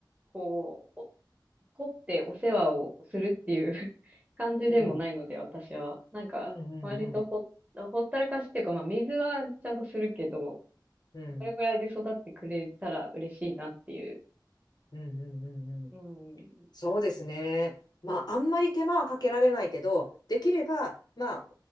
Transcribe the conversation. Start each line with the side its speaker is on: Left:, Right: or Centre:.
Right: こう、お凝ってお世話をするっていう <laughs> 感じでもないので、
Left: うん、
Right: 私は。なんか、
Left: うん、うん、
Right: 割とほ、
Left: うん、
Right: ほったらかしっていうか、まあ水はちゃんとするけど、
Left: うん、
Right: それぐらいで育ってくれたら嬉しいなっていう。
Left: うん、うん、うん。うん
Right: うん。
Left: そうですね。まあ、あんまり手間はかけられないけど、できれば、まあ、